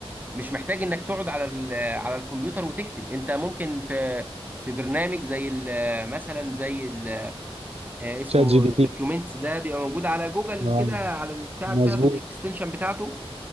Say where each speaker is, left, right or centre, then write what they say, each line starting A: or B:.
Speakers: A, on the right; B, on the right.
A: مش محتاج انك تقعد على على الكمبيوتر وتكتب انت ممكن في في برنامج زي ال- مثلا زي ال- آه، اسمه
B: شات جي بي
A: دوكيومنتس
B: تي
A: ده بيبقى موجود على جوجل
B: آه،
A: كده على البتاع
B: مظبوط
A: بتاعته الاكستنشن بتاعته